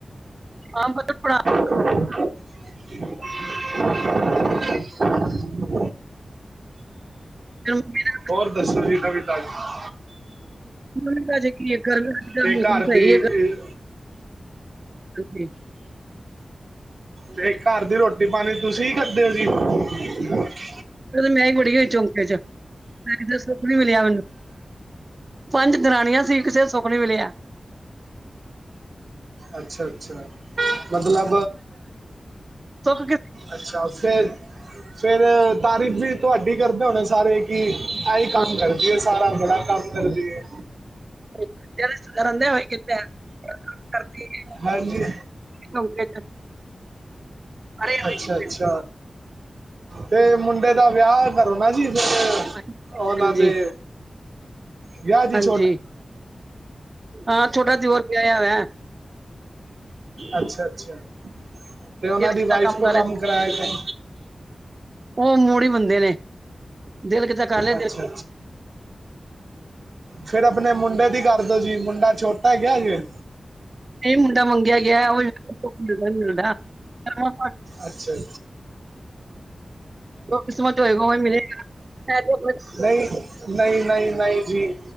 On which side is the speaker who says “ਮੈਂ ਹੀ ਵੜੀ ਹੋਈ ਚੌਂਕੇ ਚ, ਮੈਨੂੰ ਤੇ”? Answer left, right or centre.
Right